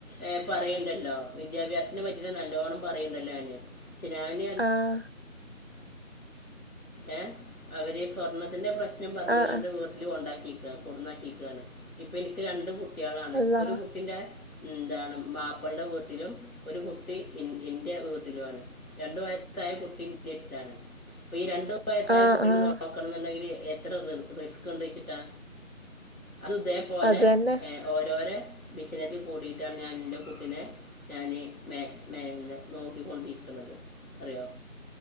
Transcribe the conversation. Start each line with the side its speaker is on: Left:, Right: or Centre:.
Left: ഏഹ് പറയണ്ടല്ലോ വിദ്യാഭ്യാസത്തിനന് പറ്റി നല്ലോണം പറയണ്ടല്ലോ ഞാൻ
Right: ആഹ്
Left: ഏഹ് അവര് സ്വർണ്ണത്തിന്റെ പ്രശ്നം പറഞ്ഞ
Right: ആഹ്
Left: കണ്ട്
Right: ആഹ്
Left: വീ കൊണ്ടാക്കിക്ക കൊടന്നാക്കിക്കയാണ് ഇപ്പൊ എനിക്ക് രണ്ട്കുട്ടികളാണ്
Right: അള്ളാ
Left: ഒരു കുട്ടിന്റെ എന്താണ് മാപ്പളുടെ വീട്ടിലും ഒരു കുട്ടി എൻ്റെ വീട്ടിലുമാണ് രണ്ടു വയസ്സായ കുട്ടിന്റെടുത്താണ് അപ്പൊ ഈ രണ്ടു വയസ്സായ
Right: ആഹ്
Left: കുട്ടിനെ
Right: ആഹ്
Left: നോ ക്കണംന്ന്ണ്ടെങ്കില് എത്ര റ് റിസ്ക്ക് ഇണ്ട്ച്ചിട്ടാ അത് ഇതേപോലെ
Right: അത് തന്നെ
Left: ഏഹ് ഓരോരെ ബിസ്നസിൽ കൂടിയിട്ടാണ് ഞാൻ ഇന്നെ കുട്ടിനെ ഞാന് മേ മേല്ല നോക്കിക്കൊണ്ടിര്ക്ക്ണത് അറിയോ